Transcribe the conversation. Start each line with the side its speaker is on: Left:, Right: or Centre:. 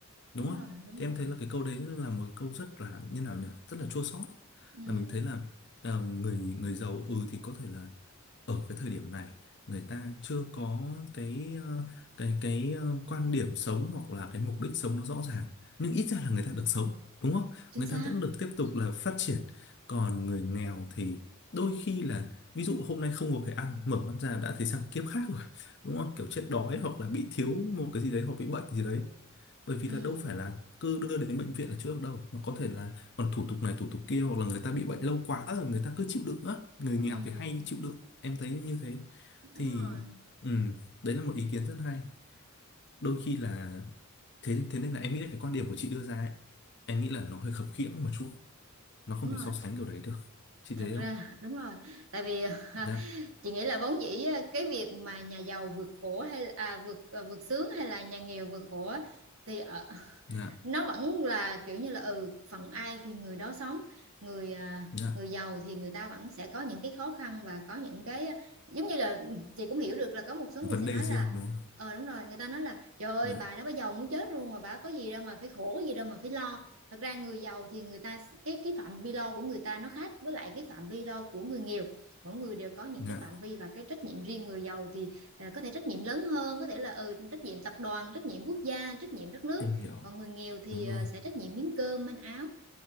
Left: đúng
Right: đúng
Left: không
Right: rồi đúng
Left: thì
Right: rồi
Left: em thấy là cái câu đấy là một câu rất là như nào nhỉ rất là chua xót
Right: ừ,
Left: là mình thấy là ờ, người người giàu ừ thì có thể là ở cái thời điểm này người ta chưa có cái ờ, cái cái ờ, quan điểm sống hoặc là cái mục đích sống nó rõ ràng nhưng ít ra là người ta được sống đúng không
Right: chính
Left: người
Right: xác
Left: ta vẫn được tiếp tục là phát triển còn người nghèo thì đôi khi là ví dụ hôm nay không có cái ăn mở mắt ra đã thấy sang kiếp khác rồi đúng không kiểu chết đói hoặc là bị thiếu một cái gì đấy hoặc bị bệnh gì đấy bởi vì
Right: ừ,
Left: là đâu phải là cứ đưa đến bệnh viện là chữa được đâu mà có thể là còn thủ tục này thủ tục kia hoặc là người ta bị bệnh lâu quá rồi người ta cứ chịu đựng á người
Right: ừ,
Left: nghèo thì hay chịu đựng em thấy như thế
Right: đúng
Left: thì
Right: rồi
Left: ừm, đấy là một ý kiến rất hay đôi khi là thế thế nên là em nghĩ là cái quan điểm của chị đưa ra ấy em nghĩ là nó hơi khập khiễng một chút nó không
Right: đúng
Left: thể so
Right: rồi
Left: sánh điều đấy được chị thấy
Right: thật ra
Left: không
Right: đúng rồi tại vì <laughs> à,
Left: dạ
Right: chị nghĩ là vốn dĩ á, cái việc mà nhà giàu vượt khổ hay là- à, vượt à, vượt sướng hay là nhà nghèo vượt khổ á, thì ở
Left: dạ
Right: nó vẫn là kiểu như là ừ phận ai thì người đó sống người à,
Left: dạ
Right: người giàu thì người ta vẫn sẽ có những cái khó khăn và có những cái giống như là ừ, chị cũng hiểu được là có một số
Left: vấn
Right: người sẽ
Left: đề
Right: nói
Left: riêng
Right: là
Left: đúng không
Right: ờ đúng rồi người ta nói là trời ơi
Left: dạ
Right: bà đó bà giàu muốn chết luôn mà bà có gì đâu mà phải khổ có gì đâu mà phải lo thật ra người giàu thì người ta cái cái phạm vi lo của người ta nó khác với lại cái phạm vi lo của người nghèo mỗi người đều có những
Left: dạ
Right: cái phạm vi và cái trách nhiệm riêng người giàu thì à, có thể trách nhiệm lớn hơn có thể là ừ trách nhiệm tập đoàn trách nhiệm quốc gia trách nhiệm đất nước
Left: em hiểu
Right: còn người nghèo thì
Left: đúng rồi
Right: ờ, sẽ trách nhiệm miếng cơm manh áo